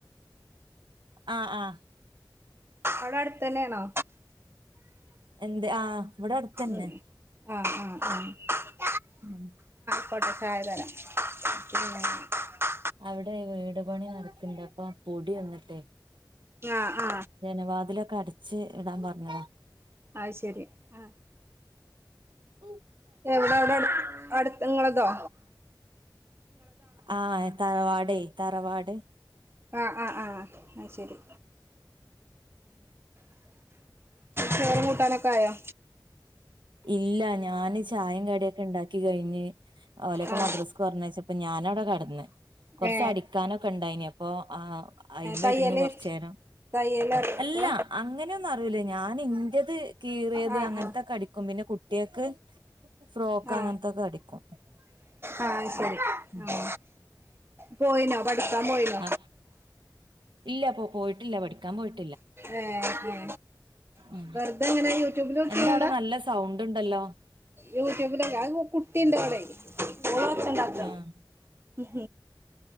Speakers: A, on the right; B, on the right.
A: ആഹ് ആ
B: അവടെ അട്തന്നെ ആണോ?
A: എന്ത്‌ ആഹ് ഇവടെ അട്ത്തന്നെ.
B: ഉം <inaudible>
A: <inaudible>
B: <inaudible>
A: അവിടെ വീട് പണി നടക്ണ്ട് അപ്പൊ പൊടി വന്നിട്ടെ.
B: ആ ആ
A: ജനവാതിലൊക്കെ അടച്ച് ഇടാൻ പറഞ്ഞത.
B: ആഹ് ശരി ആഹ്.
A: ഉ
B: എവിടെ അവിടെ അടു അടുത്തങ്ങളതോ.
A: ആഹ് തറവാടെയ് തറവാട്.
B: ആഹ ആഹ് ആഹ് ആഹ ശരി. ചോറും കൂട്ടാനൊക്കെ ആയോ?
A: ഇല്ല ഞാന് ചായിം കടിംക്കെ ഇണ്ടാക്കി കഴിഞ്. ഓലൊക്കെ
B: ആ
A: മദ്രസ്ക്ക് പറഞ്ഞഴച്ചപ്പ ഞാന അവടെ കടന്ന്. കുറച്ച്
B: ഏ
A: അടിക്കാനൊക്കെ ഇണ്ടായിനി അപ്പൊ ആ അയ്‌മെ
B: തയ്യല്
A: ഇര്ന്ന് കൊറചേരം.
B: തയ്യല് അറിയോ
A: അല്ല
B: ഇപ്പൊ
A: അങ്ങനെയൊന്നും അറിയില്ലേ ഞാൻ ഇന്റേത് കീറിയത്
B: ആ
A: അങ്ങനത്തൊക്കെ
B: ആ
A: അടി <unintelligible> പിന്നെ കുട്ട്യേക്ക് ഫ്രോക്ക്
B: ആ
A: അങ്ങനത്തൊക്കെ അടിക്കും.
B: ആ ശരി
A: <inaudible>
B: ആ പോയിനോ പഠിക്കാൻ പോയിന?
A: ആ ഇല്ല പോ പോയിട്ടില്ല പഠിക്കാൻ പോയിട്ട്
B: ഏഹ് ഹേ
A: ഉം
B: വെറുതെ എങ്ങനെയാ യൂട്യൂബിലൊക്കികാണ്ട?
A: എന്താ അവിടെ നല്ല സൗണ്ട് ഇണ്ടല്ലോ
B: യൂട്യൂബിലക്കെ അ കുട്ടിണ്ട് ഇവടെ ഓൾ ഒച്ചണ്ടാക്ക.
A: ആഹ്
B: <inaudible>